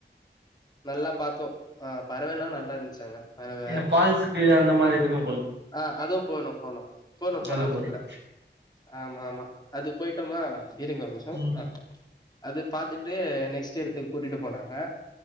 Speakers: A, on the left; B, on the right.
A: நல்லா பாத்தோ, ஆ பறவைலா நல்லா இருந்துச்சி அங்க பறவ
B: என்ன ஃபால்ஸ்கு அந்த மாரி எதுமே
A: ஆ அதுவு போனோ போனோ போனோ போனோ
B: அதுவு
A: அது
B: போறீங்க
A: கூட ஆமா ஆமா அது போயிட்டோமா இருங்க ஒரு நிமிஷோ
B: ம்
A: ஆ அது பாத்துட்டு நெக்ஸ்ட் எடத்துக்கு கூட்டிட்டு போனாங் க